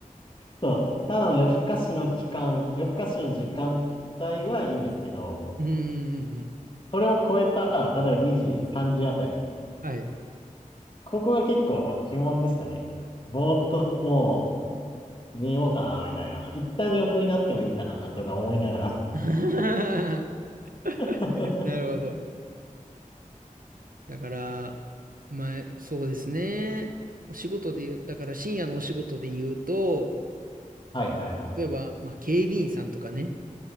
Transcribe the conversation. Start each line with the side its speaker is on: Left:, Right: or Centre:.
Left: そう、ただの夜更かしの期間、夜更かしの時間帯はいいんですけど、
Right: うんうん
Left: それを超えた、例えば2時、3時あたり、
Right: はい。
Left: ここが結構鬼門でしたね。ぼーっともう寝ようかな、みたいな。一旦横になってもいいかな、とか思いながら。
Right: <laughs>
Left: <laughs>
Right: なるほど。だから、まあ、そうですね。お仕事で言う、だから深夜のお仕事で言うと、
Left: はいはいはい。
Right: 例えば、まあ、警備員さんとかね。